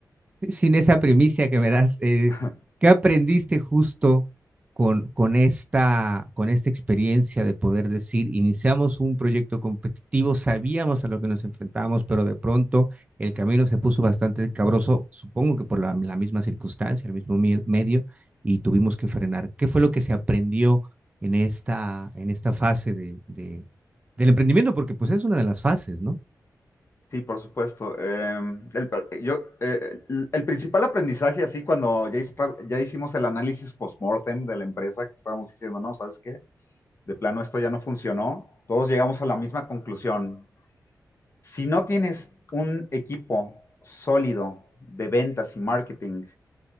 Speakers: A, on the right; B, on the left.
A: si- sin esa primicia que me das, eh,
B: <laughs>
A: ¿qué aprendiste justo con, con esta, con esta experiencia de poder decir, iniciamos un proyecto competitivo, sabíamos a lo que nos enfrentábamos, pero de pronto el camino se puso bastante cabroso, supongo que por la, la misma circunstancia, el mismo mie- medio, y tuvimos que frenar. ¿Qué fue lo que se aprendió en esta, en esta fase de, de- del emprendimiento? Porque pues es una de las fases, ¿no?
B: Sí, por supuesto. Em, el, pr- yo, eh, el, el principal aprendizaje, así cuando ya, hista- ya hicimos el análisis post-mortem de la empresa, que estábamos diciendo, no, ¿sabes qué? De plano esto ya no funcionó, todos llegamos a la misma conclusión. Si no tienes un equipo sólido de ventas y marketing